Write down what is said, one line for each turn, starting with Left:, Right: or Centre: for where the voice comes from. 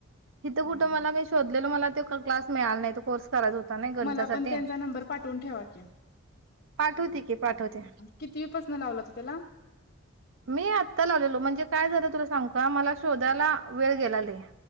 Right: इिथं
Left: हा
Right: कुठं मला
Left: हा
Right: शोधलेल मला क्लास मिळाला नाही तो कोर्स चालत होता नाही गणितासाठी
Left: मला पण त्यांचा नंबर पाठवून ठेवा की
Right: पाठवते की पाठवते
Left: कितीवीपसन लावला तो त्याला
Right: मी आत्ता लावलेलो म्हणजे काय झालं तुला सांग का मला शोधायला वेळ गेलाले